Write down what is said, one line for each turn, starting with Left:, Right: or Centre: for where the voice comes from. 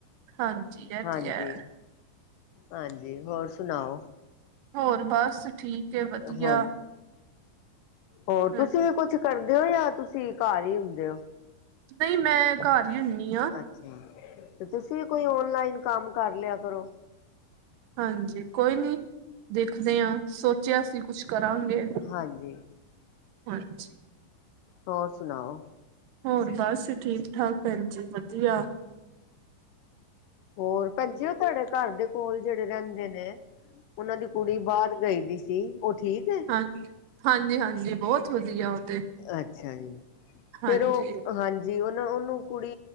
Right: ਹਾਂਜੀ ਇਹ
Left: ਹਾਂਜੀ
Right: ਤੇ ਹੈ
Left: -ਹਾਂਜੀ, ਹੋਰ ਸੁਣਾਓ?
Right: ਹੋਰ, ਬਸ -ਠੀਕ। ਹੈ ਵਧੀਆ
Left: ਹਾਂ, ਹੋਰ
Right: ਹਾਂ
Left: ਤੁਸੀਂ ਵੀ ਕੁਛ-। ਕਰਦੇ ਹੋ,, ਜਾਂ ਤੁਸੀਂ ਘਰ ਹੀ ਹੁੰਦੇ ਹੋ?
Right: ਨਹੀਂ ਮੈਂ, ਘਰ ਹੀ ਹੁੰਨੀ
Left: ਅੱਛਾ ਤੇ, ਤੁਸੀਂ ਵੀ ਕੋਈ ਓਨਲਾਈਨ ਕੰਮ ਕਰ ਲਿਆ ਕਰੋ?
Right: ਹਾਂਜੀ ਕੋਈ ਨੀ ਦੇਖਦੇ ਆ ਸੋਚਿਆ ਸੀ ਕੁਛ ਕਰਾਂਗੇ।
Left: ਹਾਂਜੀ।
Right: ਹਾਂਜੀ।
Left: ਹੋਰ ਸੁਣਾਓ।
Right: ਹੋਰ ਬਸ ਠੀਕ ਠਾਕ ਭੈਣ ਜੀ ਵਦੀਆ।
Left: ਹੋਰ ਭੈਣ ਜੀ ਓ ਤੁਆਡੇ ਘਰ ਦੇ ਕੋਲ ਜੇੜੇ ਰੈਂਦੇ ਨੇ ਉਨਾਂ ਦੀ ਕੁੜੀ ਬਾੱਰ ਗਈ ਦੀ ਸੀ ਓ ਠੀਕ ਐ।
Right: ਹਾਂ, ਹਾਂਜੀ-ਹਾਂਜੀ ਬੌਤ ਵਦੀਆ ਓ ਤੇ।
Left: ਅੱਛਾ ਜੀ,
Right: ਹਾਂਜੀ
Left: ਫਿਰ ਓ ਹਾਂਜੀ। ਜੀ ਓਨੋ ਉਨੂੰ ਕੁੜੀ